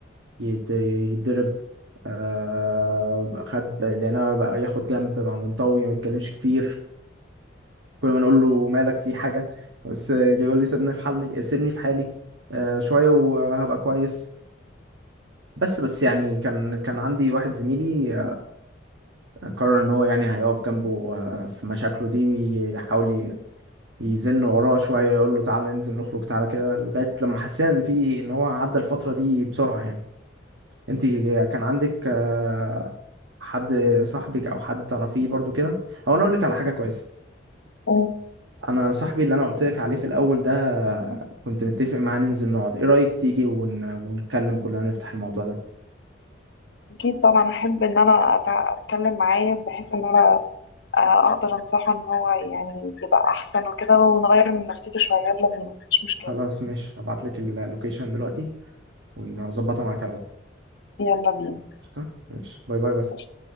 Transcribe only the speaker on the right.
يت- يتضرب آه، خد لقيناه بقى ياخد جنب بقى منطوي ما يتكلمش كتير كل ما نقول له مالك في حاجة بس يقول لي سيبني في حالي سيبني في حالي آه، شوية وهبقى كويس بس بس يعني كان كان عندي واحد زميلي قرر ان هو يعني هيقف جنبه آه، في مشاكله دي ويحاول ي- يزن وراه شوية يقول له تعالى ننزل نخرج تعالى كده لغاية لما حسينا ان في ان هو عدى الفترة دي بسرعة يعني انت كان عندك آه، حد صاحبك او حد تعرفيه برضو كده هو انا اقول لك على حاجة كويسة
انا صاحبي اللي انا قلت لك عليه في الاول ده آه، كنت متفق معاه ننزل نقعد ايه رأيك تيجي ون... ونتكلم كلنا نفتح الموضوع ده
خلاص ماشي هبعت لك اللوكيشن دلوقتي ونظبطها معاك على الواتس
قشطة؟ ماشي باي باي بس